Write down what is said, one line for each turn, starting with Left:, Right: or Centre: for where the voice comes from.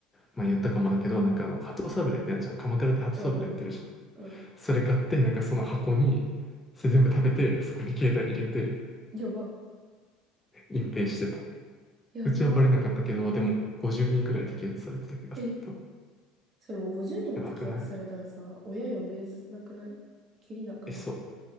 Left: まあ言ったかもだけど、なんかあの、鳩サブレーってあるじゃん。鎌倉って鳩サブレー売ってるじゃん。
Right: うん、うん、うん。
Left: それ買って、なんかその箱に、それ全部食べて、そこに携帯入れて、
Right: やば、
Left: 隠蔽してた。
Right: やば。
Left: うちはバレなかったけど、でも50人くらい摘発されてた気がする。
Right: え、
Left: 多分
Right: それもう50人も摘発されたらさ、
Left: やばくない
Right: 親呼べなくないきりなくない
Left: え、そう。